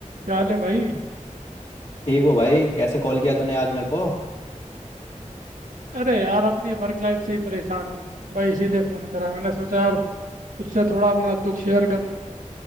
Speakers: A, on the right (about 85°); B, on the left (about 55°).
A: क्या हाल है भाई
B: ठीक हो भाई कैसे कॉल किया तूने आज मेरे को
A: अरे यार अपनी वर्क लाइफ से ही परेशान हूँ भाई इसीलिए फ़ोन करा मैंने सोचा यार तुझसे थोड़ा अपना दुख शेयर करूँ